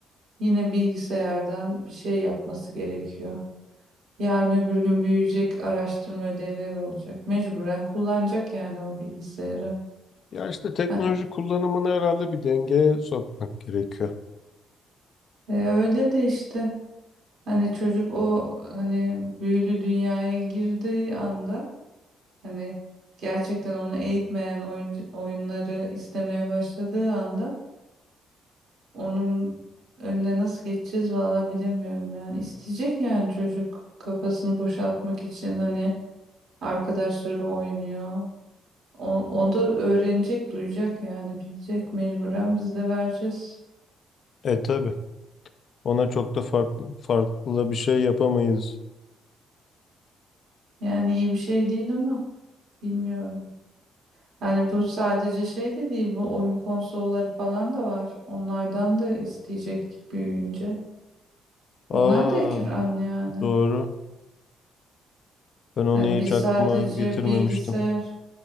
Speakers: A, on the right (about 65°); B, on the left (about 55°).
A: yine bilgisayardan bir şey yapması gerekiyor. Yarın öbür gün büyüyecek araştırma ödevleri olacak. Mecburen kullanacak yani o bilgisayarı.
B: Ya işte teknoloji
A: Ha,
B: kullanımını herhalde bir dengeye sokmak gerekiyor.
A: e, öyle de işte hani çocuk o hani büyülü dünyaya girdiği anda hani gerçekten onu eğitmeyen oyuncu- oyunları istemeye başladığı anda Onun önüne nasıl geçeceğiz Vallahi bilemiyorum yani. İsteyecek yani çocuk kafasını boşaltmak için hani arkadaşları oynuyor. O, o da öğrenecek, duyacak yani bilecek mecburen biz de vereceğiz.
B: E tabii ona çok da farklı farklı bir şey yapamayız.
A: Yani iyi bir şey değil ama bilmiyorum. Hani bu sadece şey de değil bu oyun konsolları falan da var. Onlardan da isteyecek büyüyünce.
B: Aa
A: Onlar da ekran yani.
B: doğru. Ben onu
A: Hani biz
B: hiç aklıma
A: sadece
B: getirmemiştim.
A: bilgisayar